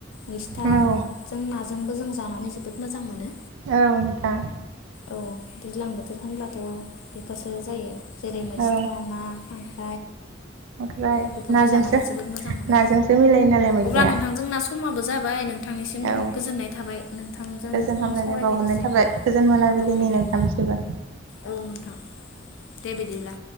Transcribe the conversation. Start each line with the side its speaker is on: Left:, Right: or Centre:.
Left: मैस्थाजों
Right: औ
Left: नाजोंबो जों जानानै जोबोद मोजां मोनो।
Right: औ नोंथां
Left: औ दैज्लां बोथोर होनब्लाथ बेफोरसो जायो। जेरै मैस्था
Right: औ
Left: ना, खांख्राय
Right: ओमफ्राय
Left: बेफोरखौ
Right: नाजोंसो
Left: जानानै जोबोद मोजां मोनो
Right: नाजोंसो मिलायो नालाय मैथाया
Left: अब्ला नोंथांजोंना समाबो जाबाय नोंथांनिसिम
Right: औ
Left: गोजोननाय थाबाय नोंथांजों
Right: गोजोन हामलायनाय
Left: उनाव सावरायफैनोसै।
Right: बावहरनाय थाबाय गोजोन मोनाबिलिनि
Left: औ नोंथां
Right: नोंथांनिसिमबो।
Left: औ नोंथां दे बिदिब्ला